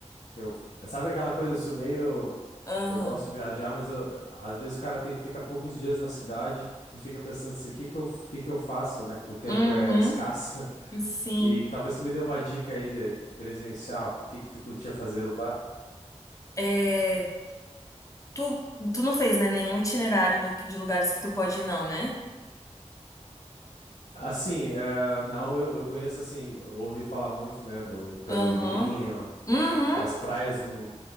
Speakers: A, on the left; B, on the left.
A: que eu. Sabe aquela coisa, eu sou meio.
B: Aham.
A: Eu gosto de viajar, mas eu, às vezes o cara tem, fica poucos dias na cidade e fica pensando assim, o que que eu, o que que eu faço, né? O tempo
B: Uhum.
A: é escasso.
B: Sim.
A: E talvez tu me dê uma dica aí de presencial, o que que tu curtia fazer lá?
B: É, tu, tu não fez, né, nenhum itinerário do- de lugares que tu pode ir, não, né?
A: Assim, eh, não, eu, eu conheço assim, ouvi falar muito, né, do, do Pelourinho,
B: Aham. Uhum.
A: das praias, não,